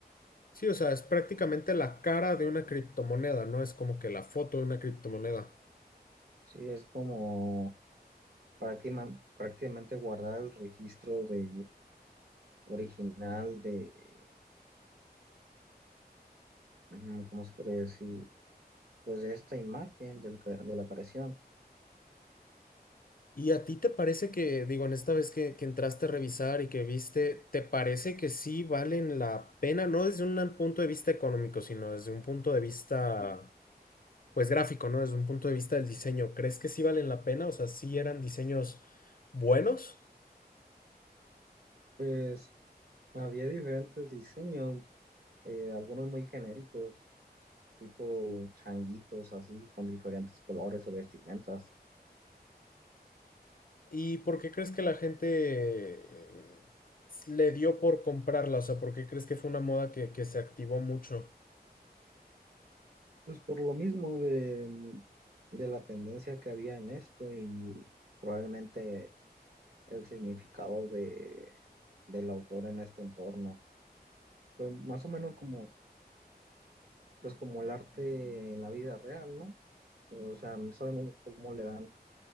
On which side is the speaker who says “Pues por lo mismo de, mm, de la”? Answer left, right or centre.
Right